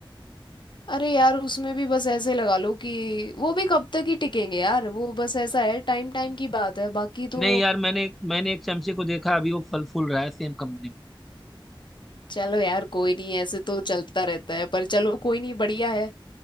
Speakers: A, on the left; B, in the centre.
A: अरे यार उसमें भी बस ऐसे लगा लो कि वो भी कब तक ही टिकेंगे यार वो बस ऐसा है टाइम टाइम की बात है बाकी तो
B: नहीं यार मैंने मैंने एक चमचे को देखा अभी वो फल फूल रहा है सेम कंपनी में
A: चलो यार कोई नहीं ऐसे तो चलता रहता है पर चलो कोई नहीं बढ़िया है